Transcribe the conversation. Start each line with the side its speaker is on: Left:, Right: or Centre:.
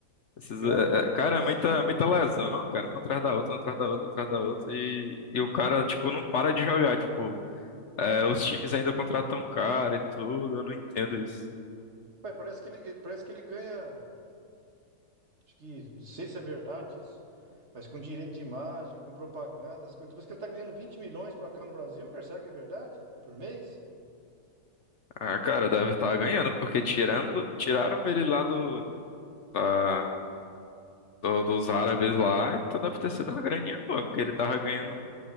Left: esses,
Right: Ele
Left: é,
Right: lá gosta
Left: é,
Right: de
Left: cara,
Right: uma festa,
Left: é muita, é
Right: né?
Left: muita lesão, cara, uma atrás da outra, uma atrás da outra, uma atrás da outra, e, e o cara, tipo, não para de jogar, tipo, é, os times ainda contratam cara e tudo, eu não entendo isso.
Right: Pai, parece que ele, ele- parece que ele ganha... Acho que... Não sei se é verdade isso, mas com direito de imagem, com propaganda, essas coisas. Parece que ele tá ganhando 20 milhões pra cá no Brasil, cara. Será que é verdade? Por mês?
Left: Ah, cara, deve estar ganhando, porque tirando, tiraram ele lá do, da- do- dos árabes lá, então deve ter sido uma graninha boa, porque ele tava ganhando